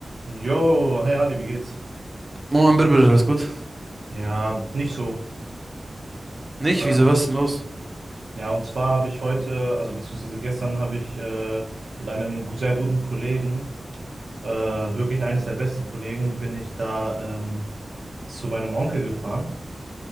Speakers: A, on the right; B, on the right.
A: Jo, hey Ali, wie geht's?
B: Moment, bitte, bitte, alles gut?
A: Ja, nicht so.
B: Nicht?
A: Äh,
B: Wieso, was ist denn los?
A: ja, und zwar habe ich heute, also beziehungsweise gestern habe ich äh, mit einem gu- sehr guten Kollegen, äh, wirklich eines der besten Kollegen, bin ich da ähm, zu meinem Onkel gefahren.